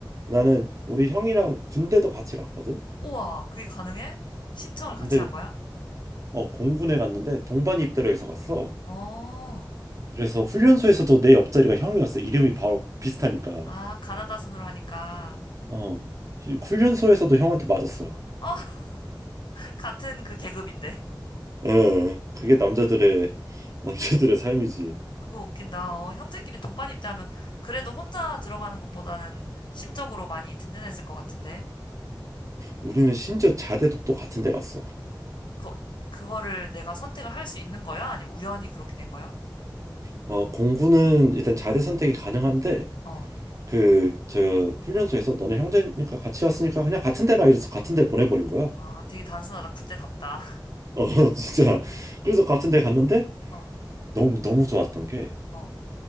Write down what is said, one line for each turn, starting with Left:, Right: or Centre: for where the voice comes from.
Right: 나는 우리 형이랑 군대도 같이 갔거든.
Left: 우와, 그게 가능해? 신청을
Right: 군대를
Left: 같이 한 거야?
Right: 어, 공군에 갔는데 동반 입대로해서 갔어.
Left: 어,
Right: 그래서 훈련소에서도 내 옆자리가 형이었어. 이름이 바로 비슷하니까.
Left: 아, 가나다 순으로 하니까.
Right: 어, 시-
Left: 아,
Right: 훈련소에서도 형한테 맞았어.
Left: 어, <laughs> 같은 그 계급인데.
Right: 어, 그게 남자들의 <laughs> 남자들의 삶이지.
Left: 그거 웃긴다. 어, 형제끼리 동반 입대하면 그래도 혼자 들어가는 것보다는 심적으로 많이 든든했을 것 같은데.
Right: 우리는 심지어 자대도 또 같은 데 갔어.
Left: 그, 그거를 내가 선택을 할 수 있는 거야? 아니면 우연히 그렇게 된 거야?
Right: 어, 공군은 일단 자대 선택이 가능한데
Left: 어,
Right: 그 저 훈련소에서 너네 형제니까 같이 왔으니까 그냥 같은 데가 이래서 같은 데 보내버린 거야.
Left: 아, 되게 단순하다. 군대답다.
Right: 어 <laughs> 진짜 그래서 같은 데 갔는데
Left: <laughs> 어,
Right: 너무 너무 좋았던 게
Left: 어,